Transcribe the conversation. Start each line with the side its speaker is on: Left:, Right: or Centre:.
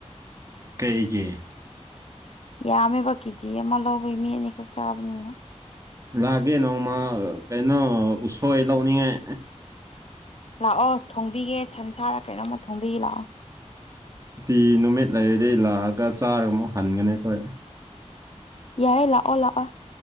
Right: ꯀꯩꯒꯤ
Left: ꯌꯥꯝꯃꯦꯕ ꯀꯦꯖꯤ ꯑꯃ ꯂꯧꯕꯒꯤ ꯃꯤ ꯑꯅꯤꯈꯛ ꯆꯥꯕꯅꯤꯅ
Right: ꯂꯥꯛꯒꯦ ꯅꯣꯡꯃ ꯀꯩꯅꯣ ꯎꯁꯣꯏ ꯂꯧꯅꯤꯡꯉꯥꯏ
Left: ꯂꯥꯛꯑꯣ ꯊꯣꯡꯕꯤꯒꯦ ꯁꯟꯁꯥꯔ ꯀꯩꯅꯣꯝꯃ ꯊꯣꯡꯕꯤꯒ ꯂꯥꯛꯑꯣ
Right: ꯁꯨꯇꯤ ꯅꯨꯃꯤꯠ ꯂꯩꯔꯗꯤ ꯂꯥꯛꯑꯒ ꯆꯥꯔꯒ ꯑꯃꯨꯛ ꯍꯟꯒꯅꯤ ꯑꯩꯈꯣꯏ
Left: ꯌꯥꯏꯌꯦ ꯂꯥꯛꯑꯣ ꯂꯥꯛꯑꯣ